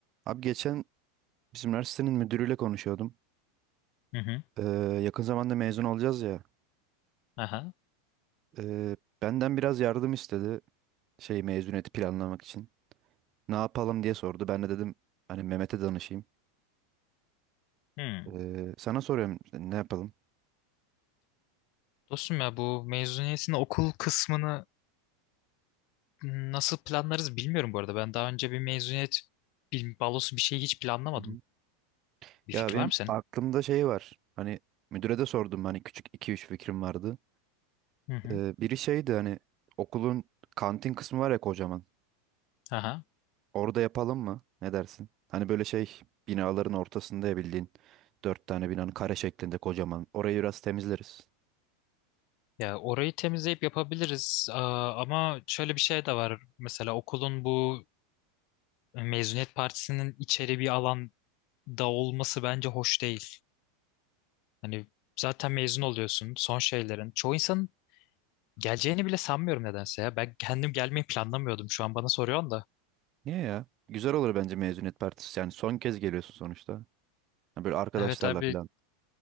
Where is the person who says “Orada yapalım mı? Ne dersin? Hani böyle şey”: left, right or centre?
Right